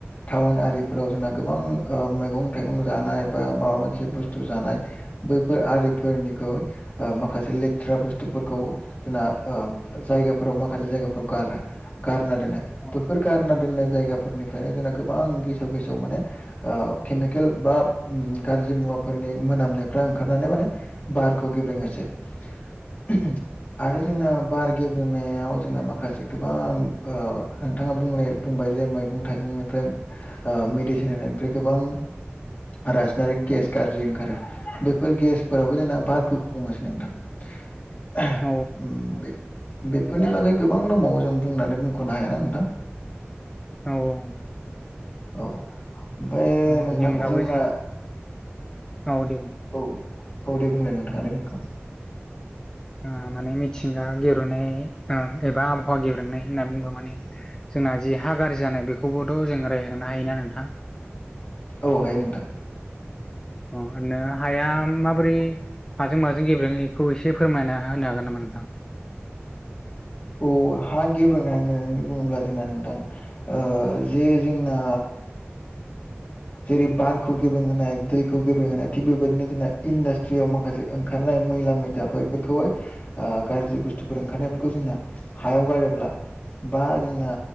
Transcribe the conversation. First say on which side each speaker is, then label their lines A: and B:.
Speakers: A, on the left; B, on the left.
A: टाउन आ बेफोराव जोंना गोबां ओ मैगं थाइगं जानाय बा माबा मोनसे बुस्थु जानाय बैफोर आरिफोरनिखौ ओ माखासे लेथ्रा बुस्थुफोरखौ जोंना ओ जायगा फोराव माखासे जायगाफोराव गारो गारना दोनो
B: औ
A: बेफोर गारना दोननाय जायगाफोरनिफ्रायनो जोंना गोबां गेसाव गेसाव माने ओ केमिकेल बा ओम गाज्रि <unintelligible> मुवाफोरनि मोनामनायफ्रा ओंखारनानै माने बारखौ गेब्रें होसै <unintelligible> आरो जोंना बार गेब्रेनायाव जोंना माखासे गोबां ओ नोंथाङा बुंलाय बुंबाय जे मैगं थाइगंनिफ्राय ओ मेडिसिन होनायनिफ्राय गोबां रासायनारिक गेस गारजि ओंखारो बेफोर गेसफोरावबो जोंना बारखौ गुबुं होगासिनो नोंथां। <unintelligible>
B: औ
A: उम बे बेफोरनि बागै गोबां दंबावो जों बुंनानै बुंख'नो हायाना नोंथां?
B: औ
A: औ ओमफाय नोंथां
B: बिनि अनगाबो
A: जोंना
B: <unintelligible>
A: औ औ दे बुंलाय नोंथाङा दे <unintelligible>
B: ओ माने मिथिंगा गेब्रेंनाय ओ एबा आबहावा गेब्रेनाय होनना बुंङोबा माने जोंना जि हा गारजि जानाय बेखौबोथ' जों रायहांनो होनो हायोना नोंथां?
A: औ हायो नोंथां।
B: अ ओरैनो हाया माबोरै हाजों माजों गेब्रेंङो एखौ एसे फोरमायना होनो हागोन नामा नोंथां?
A: औ हा गेब्रेंना होननानै बुङोब्ला जोंना नोंथां ओ जे जोंना जेरै बारखौ गेब्रोंहोनाय दैखौ गेब्रोंहोनाय थिग बेबायदिनो जोंना इन्डास्ट थ्रियाव माखासे ओंखारनाय मैला मैथा बैफोरखौहाय ओ गाज्रि बुस्थुफोर ओंखारनायफोरखौ जोंना हायाव गारोब्ला बा जोंना